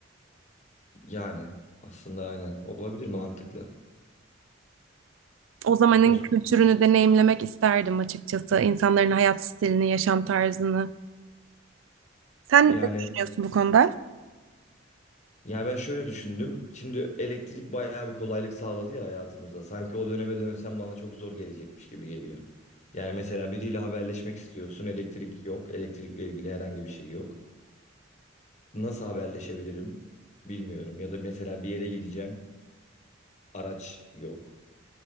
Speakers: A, on the left; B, on the right.
A: Yani aslında aynen olabilir mantıklı.
B: O zamanın
A: Osmanlı
B: kültürünü deneyimlemek isterdim açıkçası. İnsanların hayat stilini, yaşam tarzını. Sen
A: yani
B: ne düşünüyorsun bu konuda?
A: Ya ben şöyle düşündüm. Şimdi elektrik bayağı bir kolaylık sağladı ya hayatımıza. Sanki o döneme dönsem bana çok zor gelecekmiş gibi geliyor. Yani mesela biriyle haberleşmek istiyorsun, elektrik yok, elektrikle ilgili herhangi bir şey yok. Nasıl haberleşebilirim bilmiyorum. Ya da mesela bir yere gideceğim, araç yok.